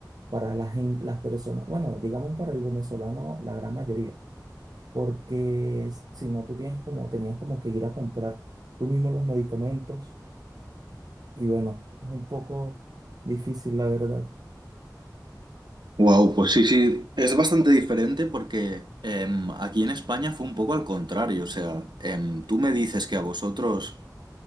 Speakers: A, on the right; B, on the right.
A: para la gen- las personas, bueno, digamos para el venezolano, la gran mayoría porque si no tú tienes como, tenías como que ir a comprar tú mismo los medicamentos y bueno, es un poco difícil la verdad.
B: Wow, pues sí, sí, es bastante diferente porque em, aquí en España fue un poco al contrario. O sea, em, tú me dices que a vosotros